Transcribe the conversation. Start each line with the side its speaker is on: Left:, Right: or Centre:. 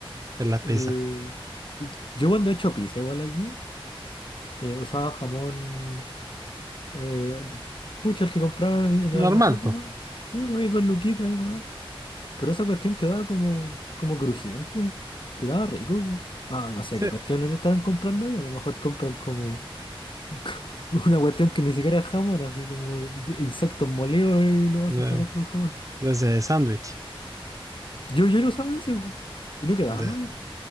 Right: en las pizzas.
Left: Eh, y yo cuando he hecho pizza igual aquí, eh, usaba jamón... Eh, pucha, el que compraba en en
Right: Normal,
Left: el almacén
Right: pues.
Left: nomás. Sí, pues ahí dos luquitas ahí me Pero esa cuestión quedaba como, como crujiente, quedaba rico. po. Ah, no sé
Right: Sí,
Left: qué cuestiones le estarán comprando ahí. A lo mejor compran como <laughs> una cuestión que ni siquiera es jamón, así como de- insectos molidos y lo
Right: de,
Left: hacen pasar por el jamón.
Right: desde sándwich.
Left: Yo, yo lo usaba ese, po, y no quedaba
Right: De,
Left: malo.